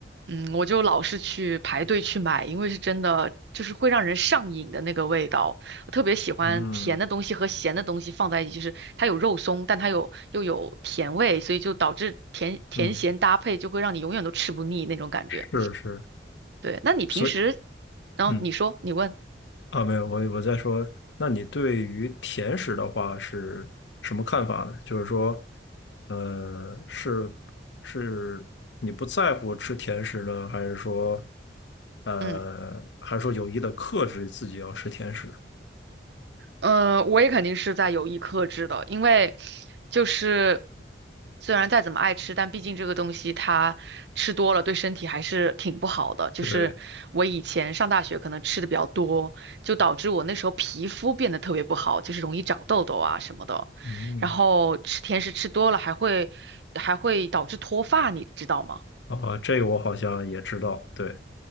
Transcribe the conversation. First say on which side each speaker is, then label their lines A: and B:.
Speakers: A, on the right; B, on the left.
A: 嗯，我就老是去排队去买，因为是真的，就是会让人上瘾的那个味道。我特别喜欢甜的东西和咸的东西放在一起，
B: 嗯。
A: 就是它有肉松，但它有又有甜味，所以就导致甜甜咸搭配就会让你永远都吃不腻那种感觉。
B: 嗯，是是，
A: 对，那你平时，
B: 所以
A: 嗯、
B: 嗯
A: 你说，你问，
B: 啊，没有，我我在说，那你对于甜食的话是什么看法呢？就是说，呃，是是你不在乎吃甜食呢，还是说，呃，
A: 嗯。
B: 还是说有意的克制自己要吃甜食？
A: 嗯，呃我也肯定是在有意克制的，因为就是虽然再怎么爱吃，但毕竟这个东西它吃多了对身体还是挺不好的。就是我以前上大学可能吃的比较多，
B: 对，
A: 就导致我那时候皮肤变得特别不好，就是容易长痘痘啊什么的。
B: 嗯，
A: 然后吃甜食吃多了还会还会导致脱发，你知道吗？
B: 啊，这个我好像也知道，对，